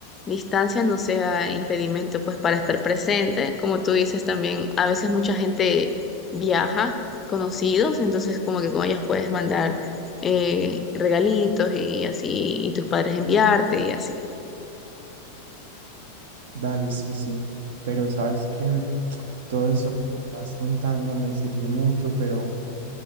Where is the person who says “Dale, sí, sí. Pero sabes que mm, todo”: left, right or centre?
Right